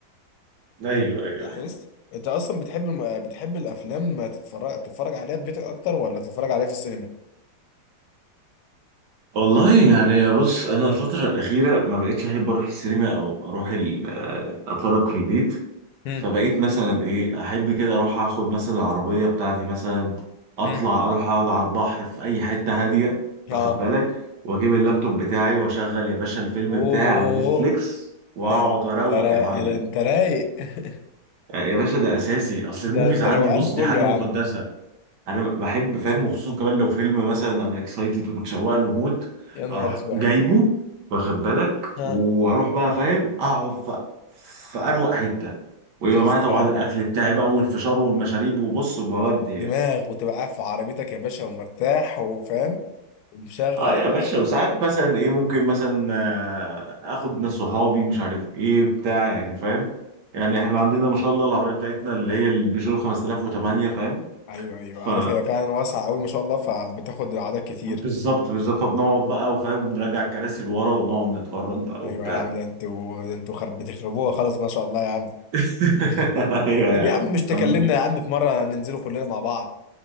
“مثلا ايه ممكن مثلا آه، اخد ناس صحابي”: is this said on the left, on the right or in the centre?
Right